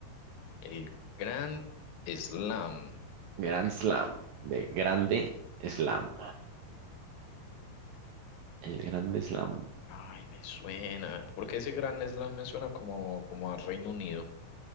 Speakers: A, on the left; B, on the right.
A: El Grand Slam.
B: Grand Slam, de Grande Slam. El Grande Slam.
A: Ay, me suena. Porque ese Grand Slam me suena como, como a Reino Unido,